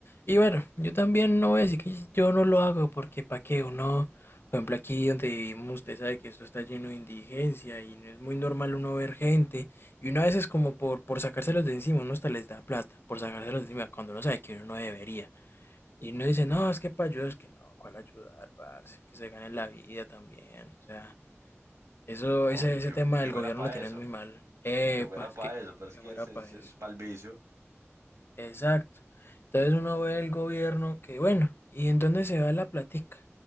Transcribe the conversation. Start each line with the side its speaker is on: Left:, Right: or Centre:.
Left: Y bueno, yo también no voy a decir que yo no lo hago porque para qué uno, por ejemplo, aquí donde vivimos, usted sabe que esto está lleno de indigencia y no es muy normal uno ver gente. Y uno a veces como por, por sacárselos de encima, uno hasta les da plata por sacárselos de encima cuando uno sabe que uno no debería. Y uno dice, no, es que para ayudar, es que no, ¿cuál ayudar, parce? Que se gane la vida también. O sea, eso,
Right: No,
Left: ese,
Right: y que,
Left: ese tema
Right: y que
Left: del
Right: fuera
Left: gobierno
Right: para
Left: lo tienen
Right: eso.
Left: muy mal. Epa,
Right: Y que fuera
Left: es
Right: para
Left: que,
Right: eso, pero
Left: que
Right: es que
Left: muera
Right: es,
Left: para
Right: es, es
Left: eso.
Right: pa'l vicio.
Left: Exacto. Entonces uno ve el gobierno que, bueno, ¿y en dónde se va la platica?